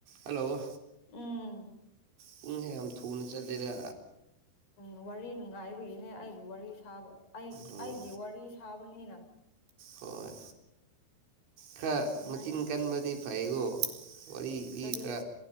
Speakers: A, on the right; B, on the left.
A: hello
B: ꯎꯝ
A: ꯄꯨꯡꯁꯦ ꯌꯥꯝ ꯊꯨꯅ ꯆꯠꯂꯦꯗ
B: ꯎ ꯋꯥꯔꯤ ꯅꯨꯡꯉꯥꯏꯕꯒꯤꯅꯦ ꯑꯩꯒꯤ ꯋꯥꯔꯤ ꯁꯥꯕ ꯑꯩ
A: ꯎꯝ
B: ꯑꯩꯒꯤ ꯋꯥꯔꯤ ꯁꯥꯕꯅꯤꯅ
A: ꯍꯣꯏ ꯈꯔ
B: ꯑꯗꯨꯃꯥꯏ
A: ꯃꯆꯤꯟ ꯀꯟꯕꯗꯤ ꯐꯩꯒꯣ ꯋꯥꯔꯤ ꯂꯤ
B: ꯀꯔꯤ
A: ꯈ